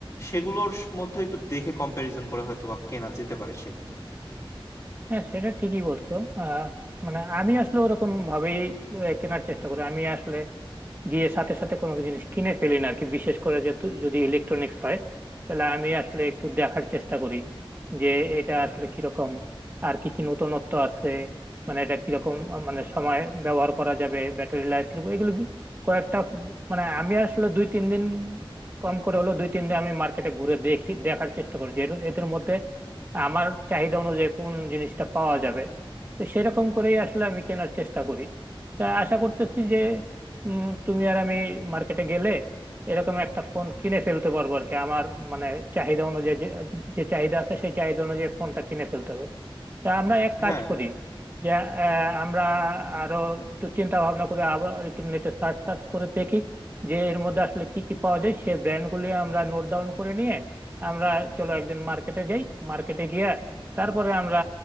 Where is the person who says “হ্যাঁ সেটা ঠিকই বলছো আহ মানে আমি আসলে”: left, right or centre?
Right